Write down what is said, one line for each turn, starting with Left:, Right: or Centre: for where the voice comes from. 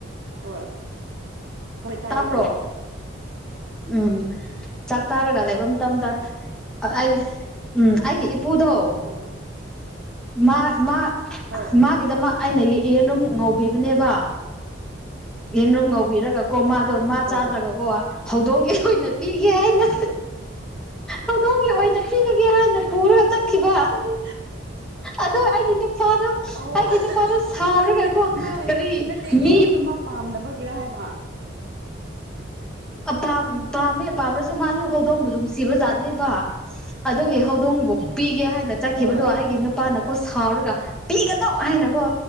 Right: ꯍꯣꯏ ꯍꯣꯏ ꯇꯥꯏꯌꯦ
Centre: ꯇꯥꯕ꯭ꯔꯣ
Right: ꯇꯥꯏꯌꯦ
Centre: ꯎꯝ ꯆꯥꯛ ꯆꯥꯔꯒ ꯂꯩꯕ ꯃꯇꯝꯗ ꯑꯩ ꯎꯝ ꯑꯩꯒꯤ ꯏꯄꯨꯗꯣ
Right: ꯍꯣꯏ
Centre: ꯃꯥ ꯃꯥ
Right: ꯍꯣꯏ
Centre: ꯃꯥꯒꯤꯗ ꯃꯥ ꯑꯩꯅ ꯌꯦꯟꯔꯨꯝ ꯉꯧꯕꯤꯕꯅꯦꯕ ꯌꯦꯟꯔꯨꯝ ꯉꯧꯕꯤꯔꯒꯀꯣ ꯃꯥ ꯑꯗꯣ ꯃꯥ ꯆꯥꯗ꯭ꯔꯒꯀꯣ
Right: ꯍꯣꯏ
Centre: ꯍꯧꯗꯣꯡꯒ ꯑꯩꯈ ꯑꯣꯏꯅ ꯄꯤꯒꯦ ꯍꯥꯏꯅ ꯍꯧꯗꯣꯡꯒꯤ ꯑꯣꯏꯅ ꯅꯨꯔꯒꯦ ꯍꯥꯏꯅ ꯄꯨꯔꯒ ꯆꯠꯈꯤꯕ
Right: ꯀꯔꯤ
Centre: ꯑꯣ ꯑꯩꯒꯤ ꯅꯨꯄꯥꯗꯣ
Right: ꯑꯣ
Centre: ꯑꯩꯒꯤ ꯅꯨ ꯄꯥꯗ ꯁꯥꯎꯅꯒꯀꯣ
Right: ꯅꯠꯇꯦ ꯃꯥ
Centre: ꯀꯔꯤ
Right: ꯅꯠꯇꯦ ꯌꯦꯔꯨꯝꯗꯣ
Centre: ꯃꯤ
Right: ꯃꯥ ꯄꯥꯝꯗꯕꯒꯤꯔ ꯍꯥꯏꯕ
Centre: ꯑ ꯄ ꯄꯥꯝꯃꯤ ꯄꯝꯔꯁꯨ ꯃꯥꯁꯨ ꯍꯣꯗꯕ ꯁꯤꯕꯖꯥꯠꯅꯦꯕ ꯑꯗꯨꯒꯤ ꯍꯧꯗꯣꯡꯕꯨ ꯄꯤꯒꯦ ꯍꯥꯏꯅ ꯆꯠꯈꯤꯕꯗꯣ
Right: ꯍꯣꯏ
Centre: ꯑꯩꯒꯤ ꯅꯨꯄꯥꯅ ꯀꯣ ꯁꯥꯎꯔꯒ ꯄꯤꯒꯗꯧ ꯍꯥꯏꯅ ꯣ